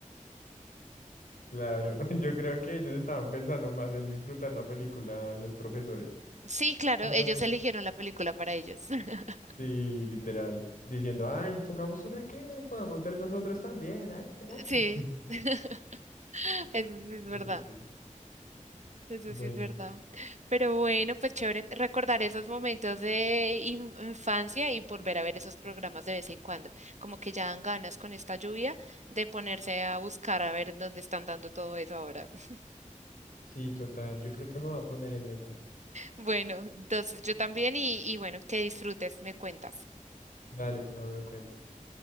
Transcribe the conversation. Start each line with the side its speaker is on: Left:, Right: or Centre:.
Left: Claro, <laughs> yo creo que ellos estaban pensando más en disfrutar la película, los profesores.
Right: Sí, claro,
Left: Pongamos,
Right: ellos eligieron la película para ellos. <laughs>
Left: sí, literal, diciendo, ay, pongamos una que podamos ver nosotros también, hágale, hágale".
Right: Sí,
Left: <laughs>
Right: <laughs> eso sí es verdad,
Left: Pero sí,
Right: eso
Left: bueno,
Right: sí es verdad. Pero bueno, pues chévere recordar esos momentos de in- infancia y volver a ver esos programas de vez en cuando. Como que ya dan ganas con esta lluvia de ponerse a buscar a ver dónde están dando todo eso ahora. <laughs>
Left: sí, total, yo creo que me voy a poner en esas.
Right: Bueno, entonces yo también y, y bueno, que disfrutes, me cuentas.
Left: Dale, tú también me cuentas.